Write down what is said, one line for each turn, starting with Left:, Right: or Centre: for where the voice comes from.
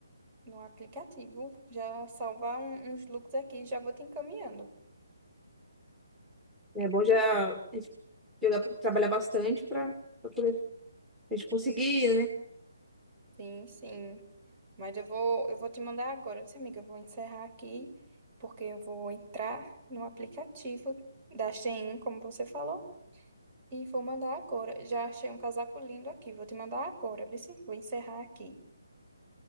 Right: no aplicativo. Já salvar um- uns looks aqui, já vou te encaminhando.
Centre: É bom já a gente jogar- trabalhar bastante para poder a gente conseguir, né?
Right: Sim, sim. Mas eu vou, eu vou te mandar agora. Sim, amiga, eu vou encerrar aqui, porque eu vou entrar no aplicativo da Shein, como você falou, e vou mandar agora. Já achei um casaco lindo aqui, vou te mandar agora, viu? sim? Vou encerrar aqui.